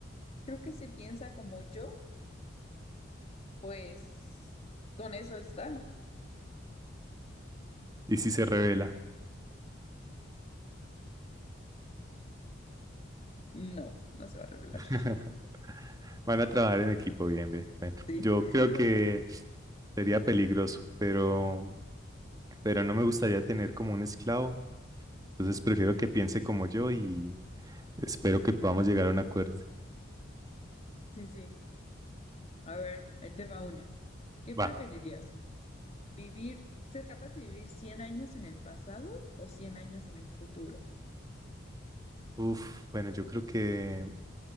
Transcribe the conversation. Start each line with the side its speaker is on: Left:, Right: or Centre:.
Left: creo que si piensa como yo. Pues con eso está.
Right: Y si se revela,
Left: No, no se va a revelar.
Right: <laughs> van a trabajar en equipo bien, bien. Bueno,
Left: Sí,
Right: yo creo
Left: <laughs>
Right: que sería peligroso, pero, pero no me gustaría tener como un esclavo. Entonces prefiero que piense como yo y espero que podamos llegar a un acuerdo.
Left: sí, sí. A ver, ahí te va una. ¿Qué preferirías?
Right: Va.
Left: ¿Vivir, ser capaz de vivir 100 años en el pasado o 100 años en el futuro?
Right: Uf, bueno, yo creo que